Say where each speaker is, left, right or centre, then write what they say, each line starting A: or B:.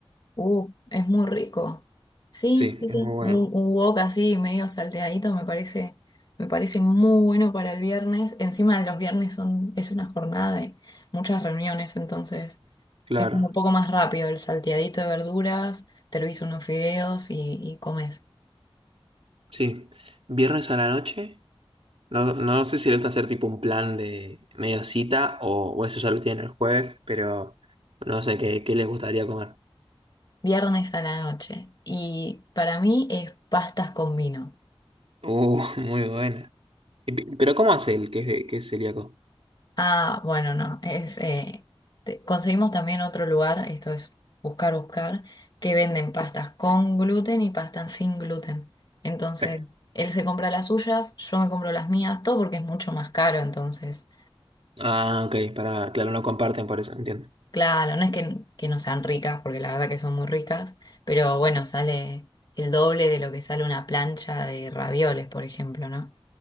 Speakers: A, on the left; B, on the right.
A: Uh, es muy rico. Sí,
B: Sí,
A: sí,
B: es
A: sí.
B: muy bueno.
A: Un, un wok así medio salteadito me parece, me parece muy bueno para el viernes. Encima los viernes son, es una jornada de muchas reuniones, entonces
B: Claro.
A: es como un poco más rápido el salteadito de verduras, te lo hizo unos fideos y, y comes.
B: Sí. Viernes a la noche. No, no sé si lo está a hacer tipo un plan de medio cita o, o eso ya lo tienen el jueves, pero no sé qué, qué les gustaría comer.
A: Viernes a la noche. Y para mí es pastas con vino.
B: Uh, <laughs> muy buena. Y pi- Pero ¿cómo hace el que, que es celíaco?
A: Ah, bueno, no. Es, eh, te- conseguimos también otro lugar, esto es buscar, buscar, que venden pastas con gluten y pastas sin gluten. Entonces,
B: Sí.
A: él se compra las suyas, yo me compro las mías, todo porque es mucho más caro. Entonces,
B: Ah, ok, para, claro, no comparten por eso, entiendo.
A: claro, no es que, que no sean ricas, porque la verdad que son muy ricas, pero bueno, sale el doble de lo que sale una plancha de ravioles, por ejemplo, ¿no?